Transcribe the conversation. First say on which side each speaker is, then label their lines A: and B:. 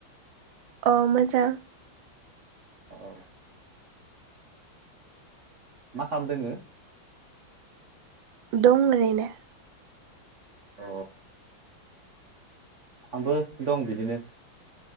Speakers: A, on the right; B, on the right.
A: अ मोजां।
B: औ। मा खालामदों नोंङो?
A: दं ओरैनो।
B: अ। आंबो दं बिदिनो।